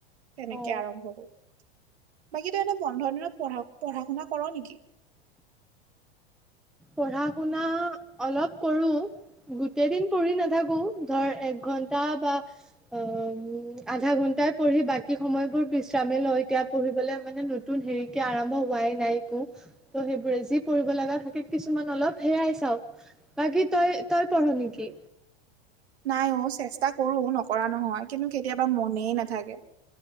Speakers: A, on the right (about 80°); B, in the centre.
A: তেনেকে
B: অ'
A: আৰম্ভ কৰোঁ। বাকী তই এনে বন্ধৰ দিনত পঢ়া পঢ়া-শুনা কৰ নেকি?
B: পঢ়া-শুনা অলপ কৰোঁ। গোটেই দিন পঢ়ি নাথাকো। ধৰ এক ঘণ্টা বা অ', উম, আধা ঘন্টাই পঢ়ি বাকী সময়বোৰ বিশ্ৰামেই লয় এতিয়া পঢ়িবলৈ মানে নতুন হেৰিকে আৰম্ভ হোৱাই নাই একো। ত' সেইবোৰে। যি কৰিব লগা থাকে কিছুমান অলপ হেয়াই চাওঁ। বাকী তই তই পঢ় নেকি?
A: নাই অ', চেষ্টা কৰো, নকৰা নহয় কিন্তু কেতিয়াবা মনেই নাথাকে।